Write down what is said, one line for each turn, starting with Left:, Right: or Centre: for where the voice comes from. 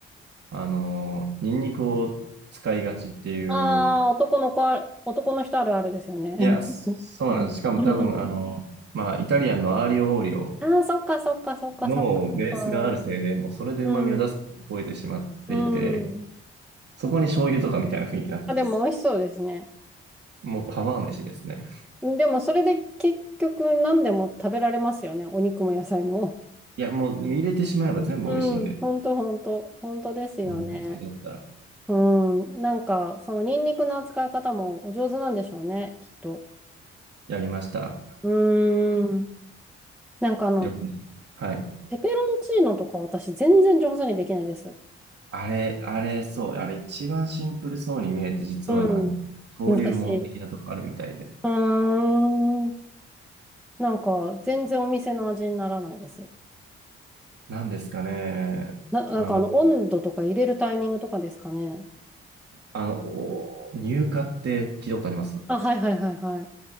Right: あの、ニンニクを使いがちっていう、
Centre: ああ、男の子あ、男の人あるあるですよね。<laughs>
Right: いや、そうなんです。
Centre: うんうん
Right: しかも多分あの、まあイタリアンのアーリオオーリオ
Centre: ああー、そっかそっかそっかそっかそっか。
Right: のベースがあるせいで、もうそれで旨味を出すことを覚えてしまっていて、
Centre: うん。うん。
Right: そこに醤油とかみたいな雰囲気になってます。
Centre: あ、でも美味しそうですね。
Right: もうパワー飯ですね。
Centre: でもそれで結局何でも食べられますよね。お肉も野菜も。
Right: いや、もう入れてしまえば全部美味しいんで、
Centre: うん。ほんとほんと。ほんとですよね。
Right: もう味付けだったら。
Centre: うん、なんか、そのニンニクの扱い方もお上手なんでしょうね、きっと。
Right: やりました。
Centre: うーん。なんかあの、
Right: いろんな。はい。
Centre: ペペロンチーノとか私全然上手にできないです。
Right: あれ、あれ、そう。あれ一番シンプルそうに見えて、実はなんか、
Centre: うん。
Right: 登竜門的なとこあるみたいで。
Centre: 難しい。うーん。なんか、全然お店の味にならないです。
Right: なんですかね。
Centre: な、なんかあの、
Right: あの、
Centre: 温度とか入れるタイミングとかですかね。
Right: あの、お入荷って聞いたことあります
Centre: あ、はいはいはいはい。